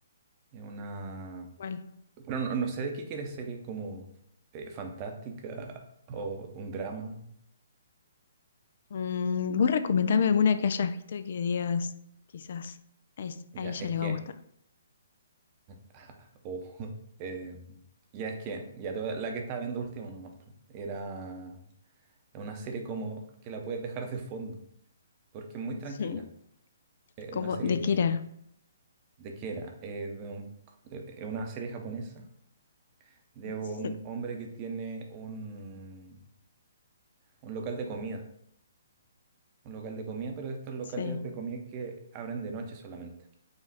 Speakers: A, on the right (about 30°); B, on the left (about 55°).
A: Es una...
B: Bueno,
A: Pero no, no sé de qué quieres serie, como eh, fantástica o un drama.
B: mm, vos recomendame alguna que hayas visto y que digas, quizás a, es-
A: Ya,
B: a ella
A: es
B: le
A: que
B: va a gustar.
A: Ajá, o <laughs> eh, ya es que, ya te voy a- la que estaba viendo último no, era es una serie como que la puedes dejar de fondo, porque
B: <laughs>
A: es muy
B: Ujú.
A: tranquila, es
B: Como,
A: una serie
B: ¿de qué
A: chill.
B: era? <laughs>
A: ¿De qué era? Eh, de un- eh, es una serie japonesa de un
B: Sí,
A: hombre que tiene un, un local de comida, un local de comida, pero de estos locales
B: sí.
A: de comida que abren de noche solamente.